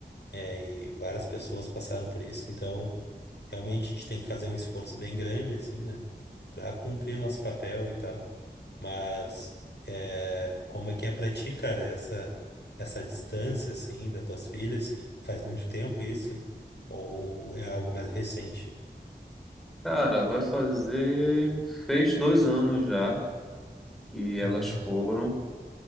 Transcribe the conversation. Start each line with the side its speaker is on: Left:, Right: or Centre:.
Left: é, e várias pessoas passaram por isso, então realmente a gente tem que fazer um esforço bem grande, assim, né? Pra cumprir o nosso papel e tal. Mas é, como é que é pra ti, cara, essa, essa distância, assim, das tuas filhas? Faz muito tempo isso? Ou é algo mais recente?
Centre: Cara, vai fazer. Fez dois anos já que elas
Left: Uhum.
Centre: foram.